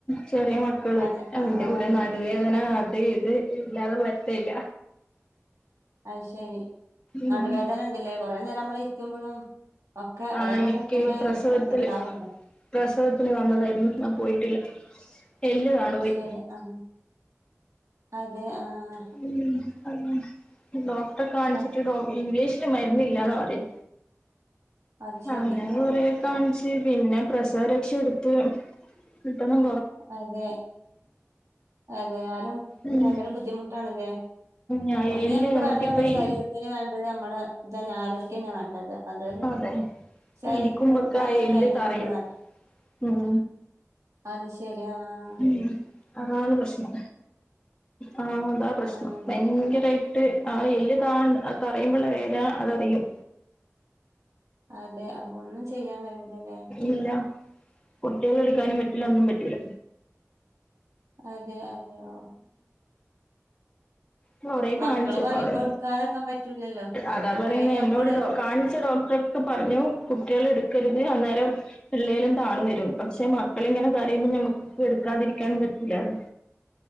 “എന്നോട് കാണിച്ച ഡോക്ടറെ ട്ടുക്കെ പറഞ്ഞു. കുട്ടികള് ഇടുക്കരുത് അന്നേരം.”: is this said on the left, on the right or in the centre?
Left